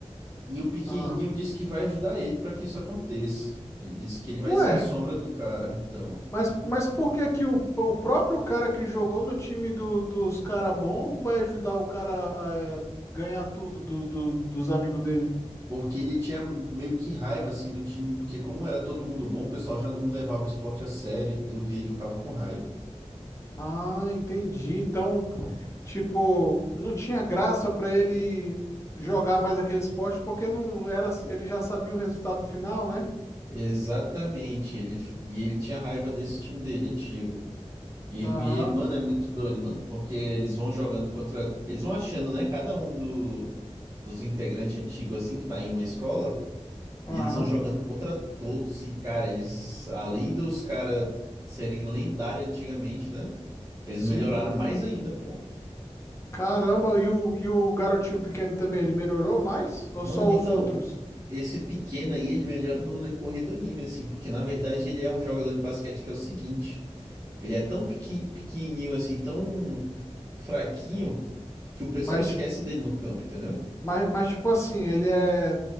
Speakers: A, on the right; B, on the left.
A: E o pequenininho
B: Ah.
A: disse que vai ajudar ele para que isso aconteça. Ele disse que ele vai
B: Ué,
A: ser a sombra do cara, então.
B: mas, mas por que que o, o próprio cara que jogou no time do- dos cara bom vai ajudar o cara a, eh, ganhar tudo do- do- dos amigos dele?
A: Porque ele tinha meio que raiva assim do time, porque como era todo mundo bom, o pessoal já não levava o esporte a sério e tudo, e ele ficava com raiva.
B: Ah, entendi. Então. Tipo, não tinha graça pra ele jogar mais aquele esporte porque não era, ele já sabia o resultado final, né?
A: Exatamente, ele e ele tinha raiva desse time dele antigo. E,
B: Aham,
A: e, mano, é muito doido, mano, porque eles vão jogando contra, eles vão achando, né, cada um do, dos integrantes antigos assim que tá em uma escola
B: aham.
A: E eles vão jogando contra todos e, cara, eles, além dos caras serem lendários antigamente, né? Eles
B: Sim.
A: melhoraram mais ainda, pô.
B: Caramba, e o, e o garotinho pequeno também, ele melhorou mais?
A: Mano,
B: Ou só
A: então,
B: os outros?
A: esse pequeno aí, ele melhora no decorrer do anime, assim, porque na verdade ele é um jogador de basquete que é o seguinte: ele é tão pequen- pequenininho, assim, tão fraquinho, que o pessoal
B: Mas,
A: esquece
B: ti-
A: dele no campo, entendeu?
B: mas, mas tipo assim, ele é